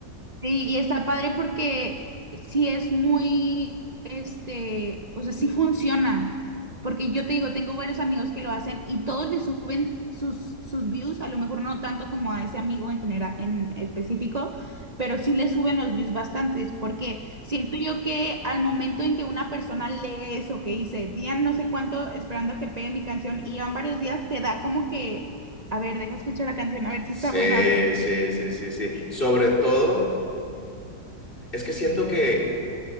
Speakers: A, on the right; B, on the left.
A: Sí, y está padre porque sí es muy, este, o sea, sí funciona. Porque yo te digo, tengo varios amigos que lo hacen y todos le suben sus, sus views, a lo mejor no tanto como a ese amigo en general, en específico, pero sí le suben los views bastantes, porque siento yo que al momento en que una persona lee eso que dice, día no sé cuánto esperando a que pegue mi canción y van varios días, te da como que, a ver, deja escuchar la canción, a ver si
B: Sí,
A: está buena o no.
B: sí, sí, sí, sí. sí. Sobre todo, es que siento que